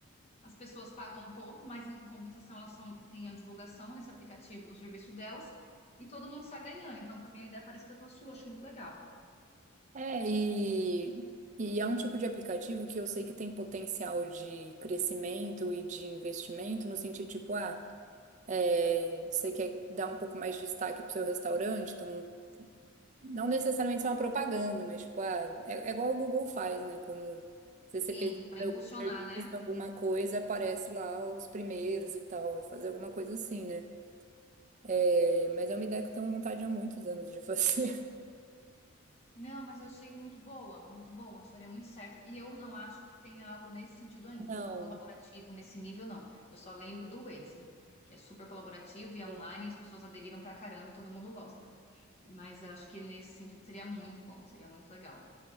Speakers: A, on the left; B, on the right.
A: As pessoas pagam um pouco, mas em compensação elas são, têm a divulgação nesse aplicativo do serviço delas. E todo mundo está ganhando. Então, também a ideia é parecida com a sua, acho muito legal.
B: É, e, e é um tipo de aplicativo que eu sei que tem potencial de crescimento e de investimento, no sentido tipo, ah, é, você quer dar um pouco mais de destaque pro seu restaurante, então não necessariamente ser uma propaganda, mas tipo, ah, é, é igual o Google faz, né? Quando você
A: Sim,
B: você pesquisa
A: para impulsionar,
B: algum serviço,
A: né?
B: alguma coisa, aparece lá os primeiros e tal, e fazer alguma coisa assim, né? É, mas é uma ideia que eu tenho vontade há muitos anos de fazer.
A: Não, mas eu achei muito boa, muito boa, acho que daria muito certo. E eu não acho que tenha algo nesse sentido ainda,
B: <laughs> Não.
A: assim, colaborativo nesse nível, não. Eu só lembro do Waze, que é super colaborativo e é
B: sim.
A: online, e as pessoas aderiram pra caramba e todo mundo gosta. Mas eu acho que nesse sentido seria muito bom, seria muito legal.